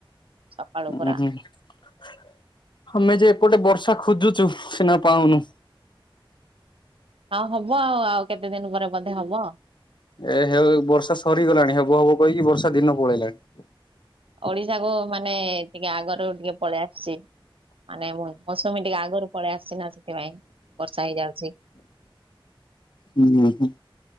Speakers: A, on the right; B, on the left.
A: ସକାଳୁ ପୁରା।
B: ଉଁ, ହୁଁ ଆମେ ଯେ ଏପଟେ ବର୍ଷା ଖୋଜୁଛୁ ସିନା ପାଉନୁ।
A: ଆଉ ହବ ଆଉ ଆଉ କେତେ ଦିନ ପରେ ବୋଧେ ହବ।
B: ଏ ହେ ବର୍ଷା ସରିଗଲାଣି ହବ ହବ, କହିକି ବର୍ଷା ଦିନ ପଳେଇଲାଣି।
A: ଓଡିଶାକୁ ମାନେ ଟିକେ ଆଗରୁ ଟିକେ ପଳେଇ ଆସିଛି। ମାନେ ମୁଁ ମୌସୁମୀ ଟିକେ ଆଗରୁ ପଳେଇ ଆସଛି ନା, ସେଥିପାଇଁ ବର୍ଷା ହେଇଯାଉଛି।
B: ହୁଁ ହୁଁ ହୁଁ,